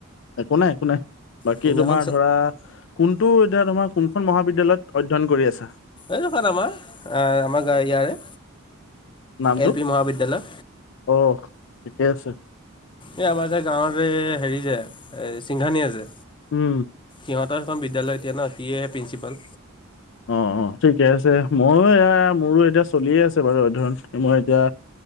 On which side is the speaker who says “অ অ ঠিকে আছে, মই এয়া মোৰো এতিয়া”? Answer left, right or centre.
Left